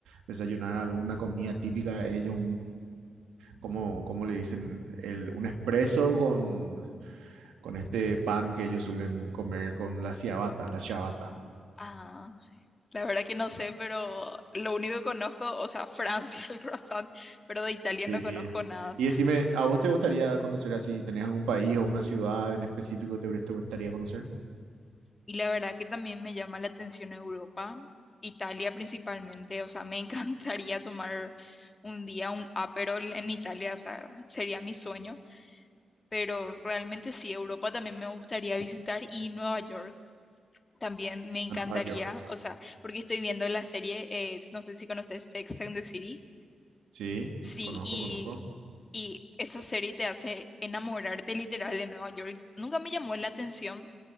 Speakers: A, on the right (about 80°); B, on the left (about 35°).
A: desayunar alguna comida típica de ellos, ¿cómo, cómo le dicen? El, un espresso con, con este pan que ellos suelen comer con la ciabatta, la ciabatta.
B: Ah, la verdad que no sé, pero lo único que conozco, o sea, Francia, <laughs> el croissant, pero de Italia
A: Sí.
B: no conozco nada.
A: Y decime, ¿a vos te gustaría conocer así? ¿Tenés algún país o una ciudad en específico que te hubiera- te gustaría conocer?
B: Y la verdad que también me llama la atención Europa, Italia principalmente, o sea, me <laughs> encantaría tomar un día un Aperol en Italia, o sea, sería mi sueño, pero realmente sí, Europa también me gustaría visitar y Nueva York. También me encantaría,
A: A Nueva York.
B: o sea, porque estoy viendo la serie, eh, no sé si conoces Sex and the City.
A: Sí,
B: Sí,
A: conozco,
B: y,
A: conozco.
B: y esa serie te hace enamorarte literal de Nueva York. Nunca me llamó la atención,